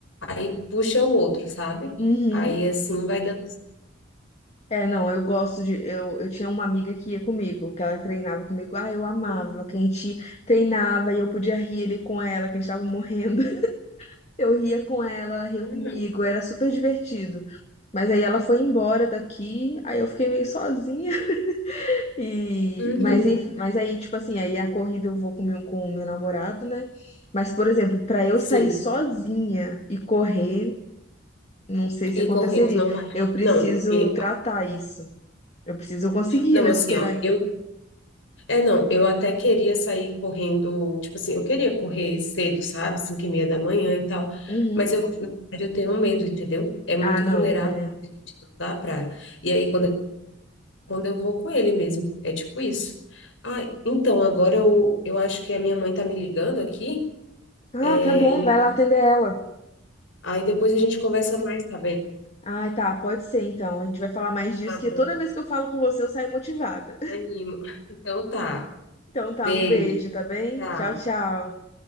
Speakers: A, on the left; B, on the left.
A: aí puxa o outro, sabe?
B: Uhum.
A: Aí assim vai dando.
B: É, não, eu gosto de. Eu, eu tinha uma amiga que ia comigo, que ela treinava comigo. Ah, eu amava,
A: Uhum.
B: que a gente treinava e eu podia rir ali com ela, que a gente tava morrendo. Eu ria com ela, ela ria
A: Uhum.
B: comigo, era super divertido. Mas aí ela foi embora daqui, aí eu fiquei meio sozinha. <laughs> E
A: Uhum.
B: mas, enf- mas aí, tipo assim, aí a corrida eu vou com o meu, com o meu namorado, né? Mas, por exemplo, pra eu sair
A: Sim.
B: sozinha e correr, não sei se
A: E
B: aconteceria.
A: correr, tu não vai.
B: Eu preciso
A: Não, e-
B: tratar isso. Eu preciso conseguir,
A: não,
B: né?
A: assim,
B: Superar
A: ó,
B: isso.
A: eu É, não, eu até queria sair correndo, tipo assim, eu queria correr cedo, sabe? Cinco e meia da manhã e tal,
B: Uhum.
A: mas eu, na verdade, eu tenho medo, entendeu? É muito
B: Ah, não,
A: vulnerável,
B: é.
A: gente, não dá pra... E aí, quando, eu- quando eu vou com ele mesmo, é tipo isso. Ah, então, agora eu, eu acho que a minha mãe tá me ligando aqui,
B: Ah,
A: é,
B: tá bom,
A: e...
B: vai lá atender ela.
A: aí depois a gente conversa mais, tá bem?
B: Ah, tá, pode ser então. A gente vai falar mais disso,
A: Tá bom,
B: que toda vez que eu falo com você, eu saio motivada.
A: anima. <laughs> Então tá,
B: Então tá,
A: beijo,
B: um beijo, tá bem?
A: tchau.
B: Tchau, tchau.